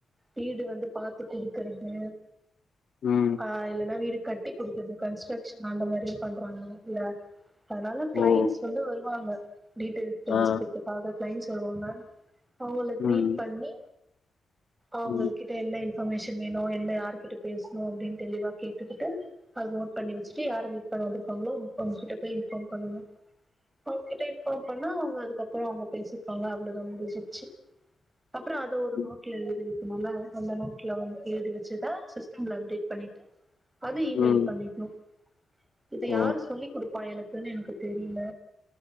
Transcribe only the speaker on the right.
வீடு வந்து பாத்து குடுக்கறது
அ இல்லன்னா வீடு கட்டி குடுக்குறது கன்ஸ்ட்ரக்ஷன் அந்த மாதிரியு பண்றாங்க இல்ல அதனால கிளைண்ட்ஸ்
வந்து வருவாங்க டீட்டெயில்ஸ் தெரிஞ்சுக்கிறதுக்காக
கிளைண்ட்ஸு வருவாங்க அவுங்கள
கிரீட் பண்ணி அவுங்குளுக்கு
என்ன இன்ஃபர்மேஷன் வேணோ என்ன யாருகிட்ட பேசுணோ அப்டின்னு தெளிவா கேட்டுக்கிட்டு அது நோட் பண்ணி வெச்சுட்டு யாரரு மீட் பண்ண விருக்காங்களோ அவுங்ககிட்ட போய் இன்ஃபார்ம் பண்ணனோ அவுங்ககிட்ட இன்ஃபார்ம் பண்ணா அவுங்க அதுக்கப்புறோ அவுங்க பேசியிப்பாங்க அவ்வளோதா முடிஞ்சிச்சு அப்புறோ அத ஒரு
நோட்ல எழுது னோல்ல அந்த நோட்ல வந்து எழுதி வெச்சுதா சிஸ்டம்ல அப்டேட் பண்ணிட்டு அது இ
மெயில் பண்ணீட்ணோ இத
யாரு சொல்லி் குடுப்பா எனக்குன்னு எனக்கு தெரீல